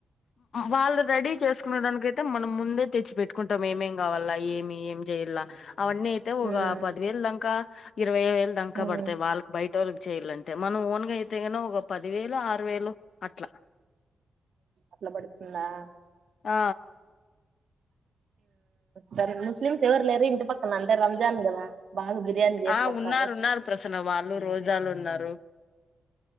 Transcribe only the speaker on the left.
వాళ్ళు రెడీ చేసుకునే దానికయితే మనం ముందే తెచ్చి పెట్టుకుంటాం ఏమేం కావాల ఏమి ఏం చేయల్ అవన్నీ అయితే ఒక
పదివేలు దంక ఇ ఇర్ వయ్య వేలు దాకా
పడతాయి వాళ్ళకి బయట టోల్ కి చేయాలంటే మనం ఓన్గా అయితే కన ఒక పది వేలు ఆరు వేలు అట్లా
ఆ
ఆ
ఉన్నారు ఉన్నారు ప్రసన్న వాళ్ళు రోజాలు ఉన్నారు